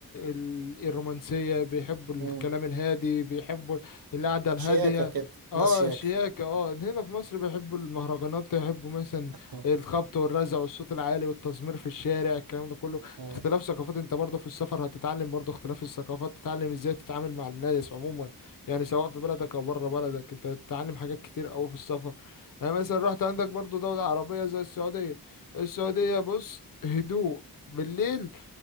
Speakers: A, on the left (about 60°); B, on the right (about 70°).
A: ال... الرومانسية بيحبوا الكلام
B: مم.
A: الهادي بيحبوا القعدة الهادية
B: شياكة كده
A: اه
B: ناس شياكة
A: شياكة اه هنا في مصر بيحبوا المهرجانات يحبوا مثلا
B: <laughs> آه.
A: الخبط والرزع والصوت العالي والتزمير في الشارع الكلام ده كله
B: آه.
A: اختلاف ثقافات انت برضه في السفر هتتعلم برضه اختلاف الثقافات تتعلم ازاي تتعامل مع الناس عموما يعني سواء في بلدك او بره بلدك انت تتعلم حاجات كتير قوي في السفر يعني مثلا رحت عندك برضه دولة عربية زي السعودية السعودية بص هدوء بالليل